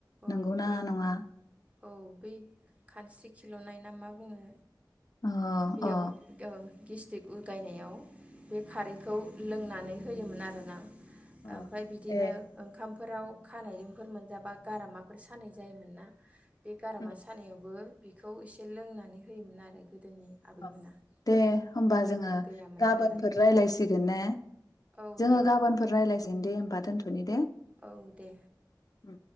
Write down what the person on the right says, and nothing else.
औ
बै
औ बे खानस्रि खिल'नाय ना मा बुङो?
बेयाव
ओ गेस्टिक उगायनायाव बे खारैखौ लोंनानै होयोमोन आरोना।
ओमफाय बिदिनो
ओंखाम फोराव खानायदोंफोर मोनजाबा गारामाफोर सानाय जायोमोन ना बे गारामा
सानायावबो बेखौ एसे लोंनानै होयोमोन आरो। गोदोनि आबैमोना।
मुलिफोर
गैयामोन
नालाय
औ
दे
औ दे।